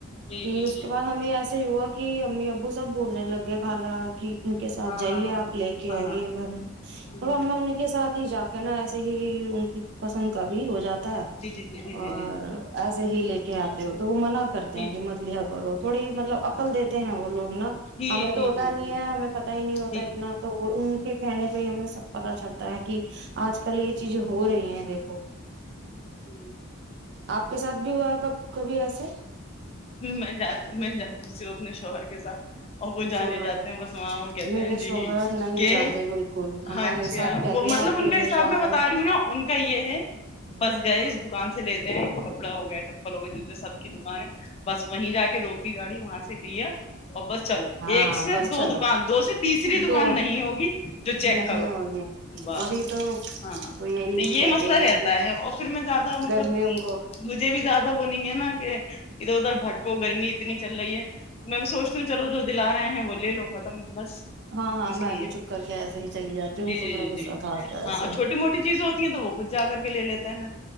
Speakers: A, on the left; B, on the right.
A: جی
B: کہ
A: جی
B: اس
A: جی
B: کے
A: جی
B: بعد ہمیں ایسے ہی ہوا کہ امی ابو وہ سب بولنے لگے خالا کی ان کے ساتھ
A: ہاں
B: جائیے
A: ہاں ہاں
B: آپ
A: ہاں
B: لے کے آئیے
A: ہاں ہاں
B: گھر میں
A: ہ
B: تو اا ان کے ساتھ جا کے نا ایسے ہی ان کی پسند ک بھی ہو جاتی
A: جی جی جی جی
B: اور
A: جی جی جی
B: ایسے ہی لے کے آتے ہو تو وہ منع کرتے
A: جی
B: ہیں کہ مت اور تھوڑی مطلب عقل
A: اچھا
B: دیتے ہیں وہ لوگ نا
A: جی
B: ہمیں
A: جی
B: تو ہوتا
A: جی جی
B: نہیں ہے ہمیں پت ہی نہیں
A: جی
B: ہوتا اتنا تو ان کے کہنے کو ہمیں سب پتا چلتا ہے کہ آج کل یہ چیز ہو رہی ہیں دیکھو
A: جی
B: آپ کے ساتھ بھی ہوا ہے کب کبھی ایسے
A: ہ میں جات میں جاتی سوں اپنے شوہر کے ساتھ اور وہ جانے
B: شوہر
A: جاتے ہیں بس وہاں وہ کہتے
B: میرے
A: ہیں جی
B: شوہر نہیں
A: کہ
B: جاتے بالکل ہمارے
A: اچھا
B: ساتھ کہتے
A: وہ مطلب
B: ہیں اکیلے
A: ان کا حساب
B: جاؤ
A: میں بتا
B: آپ
A: رہی ہوں نا ان کا یہ ہے بس گئے اس دکان سے لیتے ہیں ک ککڑا ہو گیا چپل ہو گ جسے سب <unintelligible> کی دکان ہے وہی جا کے روک گاڑی وہاں سے لیا اور بس چلو
B: ہاں
A: ایک سے
B: بس
A: دو
B: چلو
A: دکان دو سے تیسری دکان
B: دو
A: نہیں ہوگی جو چیک
B: نہیں
A: کرو
B: ہوگے
A: بس
B: وہی تو
A: ہاں تو
B: وہ یہی
A: یہ
B: کہتے
A: مسئلہ
B: ہیں
A: رہتا
B: کہ
A: ہے اور پھر میں زیادہ مطلب
B: گرمی ان کو
A: مجھے بھی زیادہ وہ نہیں ہے نا کہ <unintelligible> ادھر ادھر بھٹکو گرمی اتنی چل رہی ہے میں بھی سوچتی ہوں چلو جو دلا رہے ہیں وہ لے لو ختم مس
B: ہاں ہاں
A: اس
B: میں
A: لیے
B: بھی چپ کر کے ایسے ہی چلی جاتی ہوں
A: جی
B: ان
A: جی
B: کو بڑا
A: جی
B: غصہ
A: جی
B: تھا آتا ہے ایسے
A: ہاں چھوٹی موٹی چیزیں ہوتی ہیں تو وہ خود جا کر کے لے لیتے ہیں